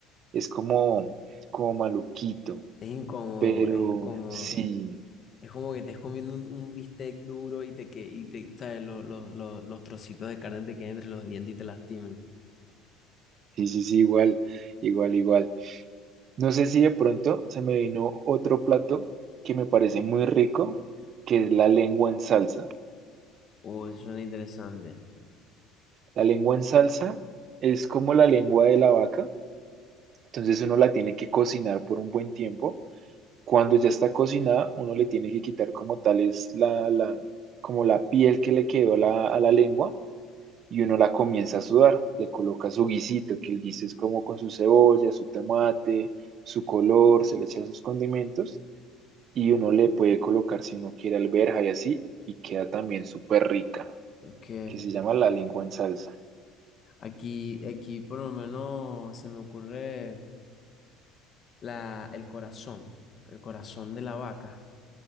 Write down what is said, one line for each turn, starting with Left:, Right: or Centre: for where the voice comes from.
Right: es como, como maluquito.
Left: Es incómodo,
Right: Pero
Left: es incómodo.
Right: sí,
Left: Es como que estés comiendo un, un bistec duro y te que y te, ¿sabes? Los, los, los, los trocitos de carne te queden entre los dientes y te lastimen.
Right: sí, sí, sí, igual, igual, igual. No sé si de pronto se me vino otro plato que me parece muy rico, que es la lengua en salsa.
Left: Uy, suena interesante.
Right: La lengua en salsa es como la lengua de la vaca, entonces uno la tiene que cocinar por un buen tiempo. Cuando ya está cocinada, uno le tiene que quitar como tal es la, la, como la piel que le quedó a la, a la lengua y uno la comienza a sudar, le coloca su guisito, que el guiso es como con su cebolla, su tomate, su color, se le echa sus condimentos y uno le puede colocar si uno quiere alberja y así y queda también súper rica,
Left: Ok.
Right: que se llama la lengua en salsa.
Left: Aquí, aquí por lo menos se me ocurre la, el corazón, el corazón de la vaca.